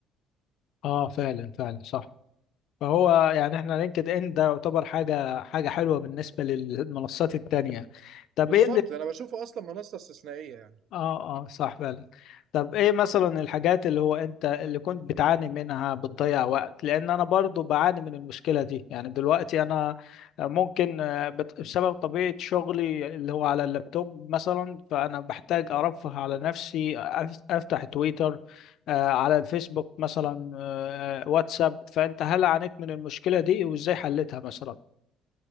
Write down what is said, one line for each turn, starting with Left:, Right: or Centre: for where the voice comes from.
Left: آه، فعلا فعلا صح فهو يعني احنا لينكد ان ده يعتبر حاجه حاجه حلوه بالنسبه للمنصات التانية طب
Right: بالظبط
Left: ايه اللي
Right: انا بشوفه اصلا منصة استثنائية يعني
Left: اه اه صح فعلا طب ايه مثلا الحاجات اللي هو انت اللي كنت بتعاني منها بتضيع وقت لان انا برضو بعاني من المشكلة دي يعني دلوقتي انا ممكن آه، بت- بسبب طبيعة شغلي اللي هو على اللابتوب مثلا فانا بحتاج ارفه على نفسي أف- افتح تويتر آه، على الفيسبوك مثلا آه، آه، واتساب فانت هل عانيت من المشكلة دي وازاي حلتها مثلا